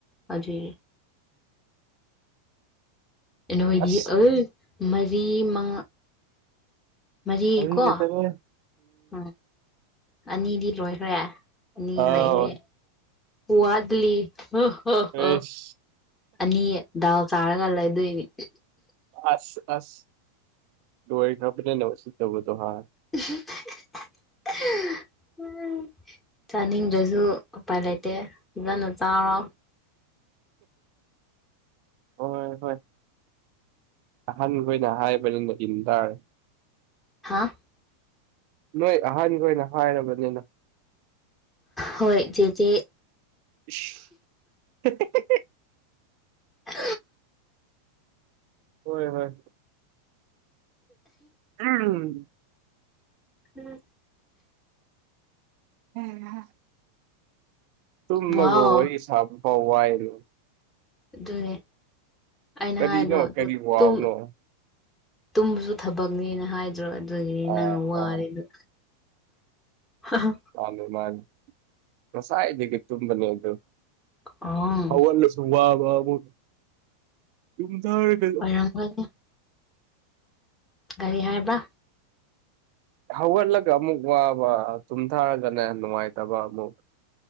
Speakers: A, on the left; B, on the right.
A: ꯑꯗꯨꯏ ꯅꯣꯏꯗꯤ
B: ꯑꯁ
A: ꯑꯜ ꯃꯔꯤ ꯃꯉꯥ ꯃꯔꯤꯀꯣ
B: ꯑꯍꯤꯡꯗ ꯆꯪꯉꯦ
A: ꯎꯝ ꯑꯅꯤꯗꯤ ꯂꯣꯏꯈ꯭ꯔꯦ ꯑꯅꯤ
B: ꯑꯥꯎ
A: ꯂꯩꯔꯦ ꯄꯨꯋ ꯋꯥꯠꯂꯤ ꯍꯣ ꯍꯣ
B: ꯑꯩꯁ
A: ꯍꯣ ꯑꯅꯤ ꯗꯥꯎ ꯆꯥꯔꯒ ꯂꯩꯗꯣꯏꯅꯦ
B: ꯑꯁ ꯑꯁ ꯂꯣꯌꯗꯔꯥꯕꯦꯅꯁꯨ ꯇꯧꯒꯗꯥꯑꯣ ꯃꯥꯜꯂꯤ
A: <unintelligible> ꯎ ꯆꯥꯅꯤꯡꯗ꯭ꯔꯁꯨ ꯎꯄꯥꯏ ꯂꯩꯇꯦ ꯐꯖꯅ ꯆꯥꯎꯔꯣ
B: ꯍꯣꯏ ꯍꯣꯏ ꯑꯍꯥꯟꯕ ꯑꯣꯏꯅ ꯍꯥꯏꯕꯅꯤꯅ ꯏꯟꯗꯥꯔꯦ
A: ꯍꯥꯥ
B: ꯅꯣꯏ ꯑꯍꯥꯟꯒꫭꯏꯅ ꯍꯥꯏꯔꯕꯅꯤꯅ
A: ꯍꯣꯏ ꯆꯦꯆꯦ
B: <inaudible>
A: ꯎ
B: ꯍꯣꯏ ꯍꯣꯏ ꯎ
A: ꯎꯝ
B: <unintelligible> ꯇꯨꯝꯃꯒ
A: ꯋꯥꯎ
B: ꯋꯥꯔꯤ ꯁꯥꯕ ꯐꯥꯎ ꯋꯥꯏꯅꯦ
A: ꯑꯗꯨꯅꯦ ꯑꯩꯅ
B: ꯀꯔꯤꯅꯣ
A: ꯍꯥꯏꯗꯣ ꯑꯗꯨꯨ
B: ꯀꯔꯤ ꯋꯥꯎꯅꯣ
A: ꯇꯨꯝ ꯇꯨꯝꯕꯁꯨ ꯊꯕꯛꯅꯦꯅ ꯍꯥꯏ ꯗ꯭ꯔꯣ ꯑꯗꯨꯒꯤꯅꯤ
B: ꯑꯥ
A: ꯅꯪꯅ ꯋꯥꯔꯤꯗꯣ
B: ꯑꯥ
A: ꯍ ꯍ
B: ꯃꯥꯅꯦ ꯃꯥꯅꯦ ꯉꯁꯥꯏꯗꯒꯤ ꯇꯨꯝꯕꯅꯦ ꯑꯗꯨ
A: ꯑꯣ
B: ꯍꯧꯒꯠꯂꯁꯨ ꯋꯥꯕ ꯑꯃꯨꯛ <unintelligible>
A: ꯑꯣꯏꯔꯝꯒꯅꯤ ꯒꯥꯔꯤ ꯍꯥꯏꯕꯥ
B: ꯍꯧꯒꯠꯂꯒ ꯑꯃꯨꯛ ꯋꯥꯕ ꯇꯨꯝꯊꯥꯔꯒꯅ ꯅꯨꯡꯉꯥꯏꯇꯕ ꯑꯃꯨꯛ